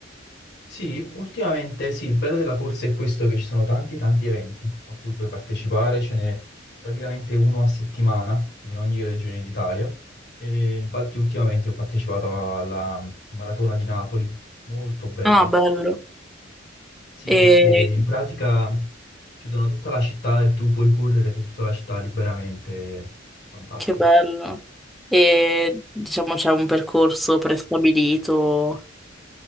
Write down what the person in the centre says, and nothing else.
Ah, bello.
E
che bello. E diciamo c'è un percorso prestabilito.